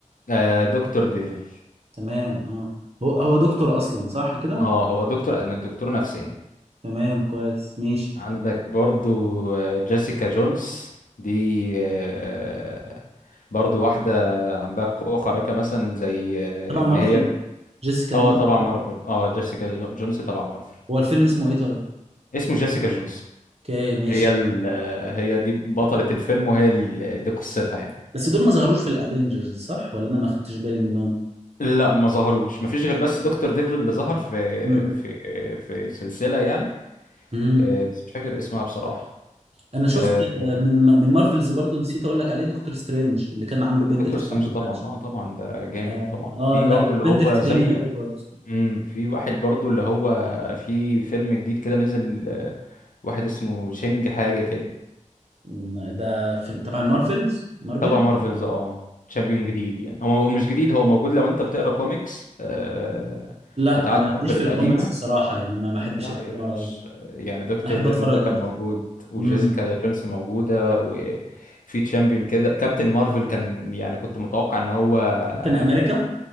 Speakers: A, on the left (about 85°); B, on the right (about 50°).
A: آه دكتور ديفل
B: تمام اه هو هو دكتور اصلا صح كده
A: اه هو دكتور أنا دكتور نفساني
B: تمام كويس ماشي
A: عندك برضو آه، جيسيكا جونز دي آه، برضو واحدة عندها قوة خارقة مثلا زي آه،
B: تبع مارفل
A: ان هي
B: جيسيكا
A: اه
B: دي تبع
A: طبعا مارفل اه جيسيكا جونز طبعا مارفل
B: هو الفيلم اسمه ايه طيب
A: اسمه جيسيكا جونز
B: اوكي ماشي
A: هي ال... آه، هي دي بطلة الفيلم وهي ال... دي قصتها يعني
B: بس دول ما ظهروش في الافينجرز صح ولا انا ما خدتش بالي منهم
A: لا ما ظهروش ما فيش غير بس دكتور ديفل اللي ظهر في
B: امم
A: في في سلسلة يعني
B: امم
A: آه، بس مش فاكر اسمها بصراحة
B: انا شفت
A: آه،
B: من من مارفلز برضو نسيت اقول لك عليه دكتور سترينج اللي كان عامله بندكت
A: دكتور سترينج
B: كامبرباتش
A: طبعا اه طبعا ده جامد
B: اه
A: طبعا
B: آه،
A: في
B: لا
A: برضو اللي
B: بندكت
A: آه. هو زيه
B: جامد قوي برضه
A: امم في واحد برضو اللي هو في فيلم جديد كده نزل آه، واحد اسمه تشينج حاجة كده
B: م- ده في طبعا مارفلز مارفل
A: تبع مارفلز اه تشامبيون جديد يعني هو هو مش جديد هو موجود لو انت بتقرا كوميكس آه،
B: لا
A: بتاعت
B: ماليش
A: مارفل
B: في
A: القديمة
B: الكوميكس الصراحه يعني ما ما احبش
A: لا
B: القراءه
A: يا باشا
B: أوي.
A: يعني دكتور
B: انا احب
A: ديفل
B: اتفرج
A: ده كان
B: اكتر
A: موجود وجيسيكا
B: امم
A: جونز موجودة وفي تشامبيون كده كابتن مارفل كان يعني كنت متوقع ان هو آه،
B: كابتن امريكا